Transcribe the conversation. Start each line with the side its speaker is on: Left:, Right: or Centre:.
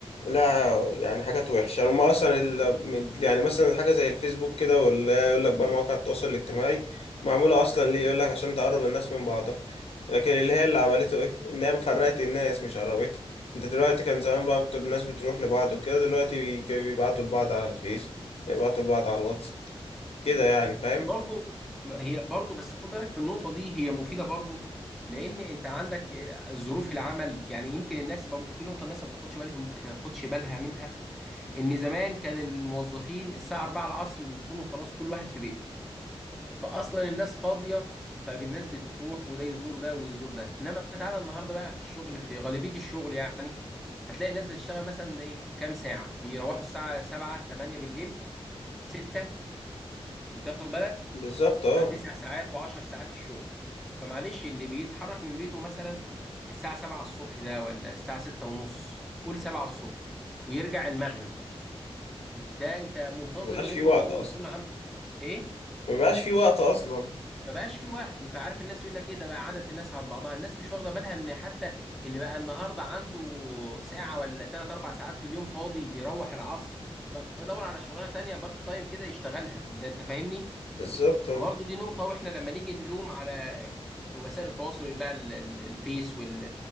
Left: لا يعني حاجات وحشة هما أصلا ال... من- يعني مثلا حاجة زي الفيسبوك كده ولا يقول لك بقى مواقع التواصل الاجتماعي معمولة أصلا ليه يقول لك عشان تقرب الناس من بعضها لكن اللي هي اللي عملته إيه إن هي فرقت الناس مش قربتها أنت دلوقتي كان زمان بقى بت- الناس بتروح لبعض وكده دلوقتي بي... كانوا بيبعتوا لبعض على الفيس يبعتوا لبعض على الواتس كده يعني فاهم
Centre: بس برضو ما هي برضو بس خد بالك في النقطه دي هي مفيده برضو لان انت عندك إيه، ظروف العمل يعني يمكن الناس برضو في نقطه الناس ما بتاخدش بالهم بتاخدش بالها منها ان زمان كان الموظفين الساعه 4 العصر بيكونوا خلاص كل واحد في بيته فاصلا الناس فاضيه فالناس بتروح وده يزور ده ويزور ده انما تعالى النهارده بقى في الشغل في غالبيه الشغل يعني هتلاقي الناس بتشتغل مثلا ايه كام ساعه بيروحوا الساعه 7 8 بالليل 6 انت واخد بالك
Left: بالظبط اه
Centre: بقى 9 ساعات و10 ساعات الشغل فمعلش اللي بيتحرك من بيته مثلا الساعه 7 الصبح ده ولا الساعه 6 ونص قول 7 الصبح ويرجع المغرب ده انت منتظر
Left: مبيبقاش
Centre: منه
Left: في وقت
Centre: ان هو
Left: أصلا
Centre: يكون عنده ايه
Left: مبيبقاش في وقت أصلا
Centre: ما بقاش في وقت فعارف الناس يقول لك ايه ده بقى عادة الناس عن بعضها الناس مش واخده بالها ان حتى اللي بقى النهارده عنده ساعه ولا ثلاث اربع ساعات في اليوم فاضي بيروح العصر بقى يدور على شغلانه تانية بارت تايم كده يشتغلها انت انت فاهمني
Left: بالظبط اه
Centre: فبرضه دي نقطة واحنا لما نيجي نلوم على الوسائل التواصل بقى ال- ال- الفيس وال